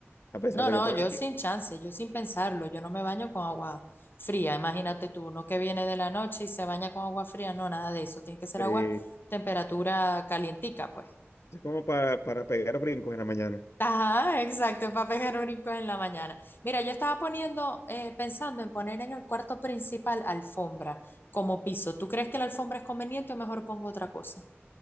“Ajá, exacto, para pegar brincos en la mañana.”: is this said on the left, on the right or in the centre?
Left